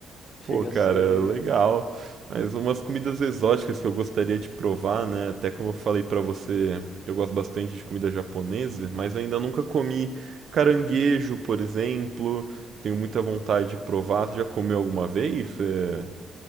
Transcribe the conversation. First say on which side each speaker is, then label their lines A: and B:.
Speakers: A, on the left; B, on the right.
A: Chega
B: Pô, cara,
A: a ser
B: legal. Mas umas comidas exóticas que eu gostaria de provar, né? Até como eu falei pra você, eu gosto bastante de comida japonesa, mas ainda nunca comi caranguejo, por exemplo. Tenho muita vontade de provar. Você já comeu alguma vez? É...